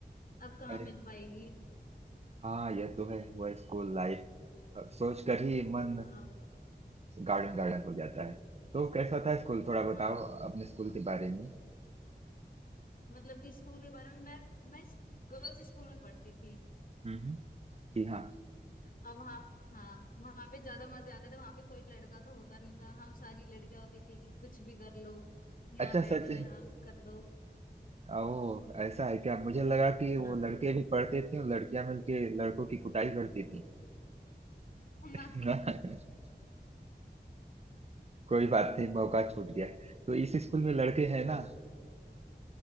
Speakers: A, on the left; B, on the right.
A: अब कहाँ
B: अरे
A: मिल पाएगी
B: हाँ यह तो है वह स्कूल लाइफ अब सोच कर ही मन
A: हाँ
B: गार्डन गार्डन हो जाता है तो कैसा था स्कूल थोड़ा
A: हाँ
B: बताओ अपने स्कूल के बारे में
A: मतलब कि स्कूल के बारे में मैं मैं गर्ल्स स्कूल में पढ़ती थी
B: हम्म जी हाँ
A: अब वहाँ हाँ वहाँ पे ज्यादा मजे आते थे वहाँ पे कोई लड़का तो होता नहीं था हम सारी लड़कियां होती थी कुछ भी कर लो यहाँ
B: अच्छा
A: बैठ
B: सच
A: जाओ यहाँ कर लो
B: ओ ऐसा है क्या मुझे लगा कि वो
A: हाँ
B: लड़के भी पढ़ते थे और लड़कियां मिलके लड़कों की कुटाई करती
A: <laughs> ना
B: थी <laughs> कोई बात नहीं मौका छूट गया तो इस स्कूल में लड़के हैं
A: हाँ
B: ना